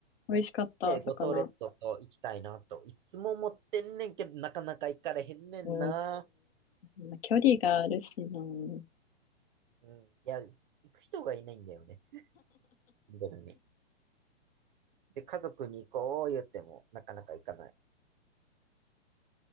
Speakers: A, on the left (about 55°); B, on the right (about 45°).
A: 美味しかった、
B: で、
A: 魚。
B: 五島列島と行きたいなと。いつも思ってんねんけど、なかなか行かれへんねんな。
A: うーん。まあ、距離があるしな。素
B: うん。いや、行く人がいないんだよね。本当にで、家族に行こう言っても、なかなか行かない。